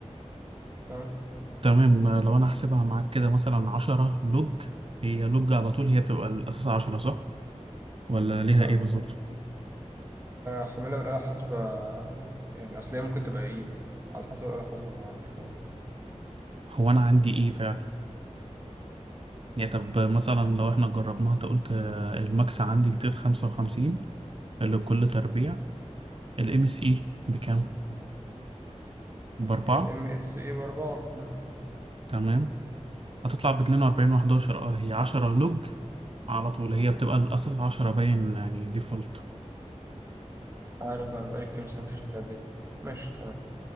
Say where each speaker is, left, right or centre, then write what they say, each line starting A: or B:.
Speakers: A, on the right (about 25°); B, on the right (about 50°).
A: تمام
B: تمام آه، لو انا هحسبها معاك كده مثلا 10 لوج هي لوج على طول هي بتبقى الاساس 10 صح؟ ولا ليها
A: لا
B: ايه بالظبط؟
A: م. حملها بالاله الحاسبه يعني اصل هي ممكن تبقى ايه على حسب الاله الحاسبه معاك تمام.
B: هو انا عندي ايه فعلا؟ يعني طب مثلا لو احنا جربناها انت قلت آه، الماكس عندي 255 اللي بكل تربيع الام اس اي بكام؟ بأربعة
A: يعني الام اس اي باربعه م.
B: تمام هتطلع باتنين وأربعين وحداشر اه هي عشرة لوج على طول هي بتبقى الأساس عشرة باين يعني ديفولت
A: عارف بقى، انا بقالي كتير مستمتعش في الحاجات دي ماشي تمام